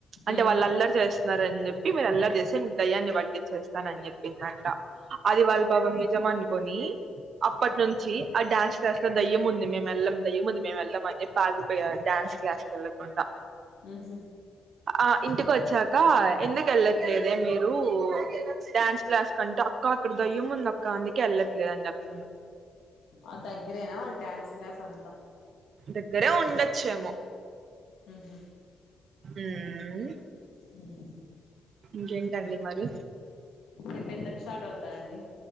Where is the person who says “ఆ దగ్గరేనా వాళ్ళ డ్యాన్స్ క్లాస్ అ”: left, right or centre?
Left